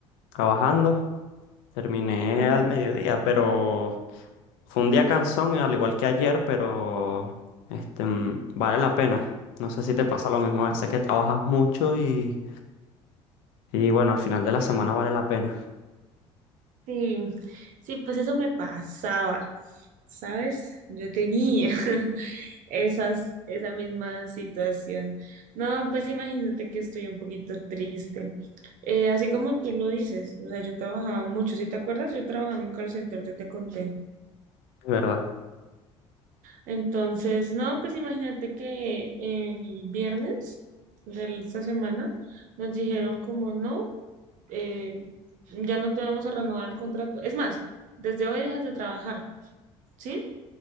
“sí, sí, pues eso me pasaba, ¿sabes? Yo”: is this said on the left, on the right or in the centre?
Right